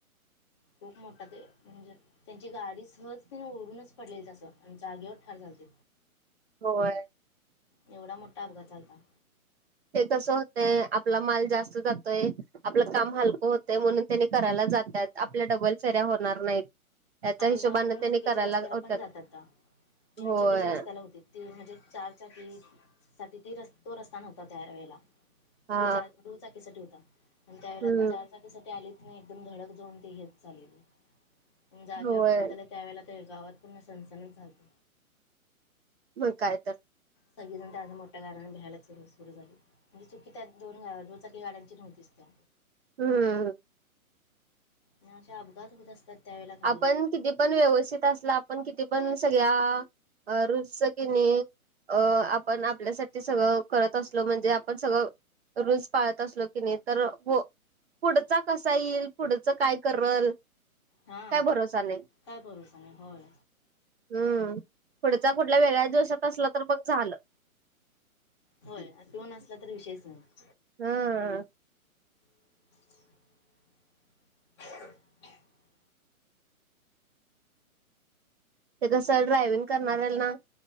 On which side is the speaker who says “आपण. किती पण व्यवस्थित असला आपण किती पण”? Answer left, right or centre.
Right